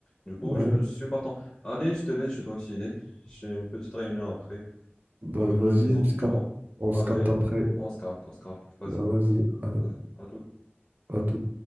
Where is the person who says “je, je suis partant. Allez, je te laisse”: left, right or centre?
Left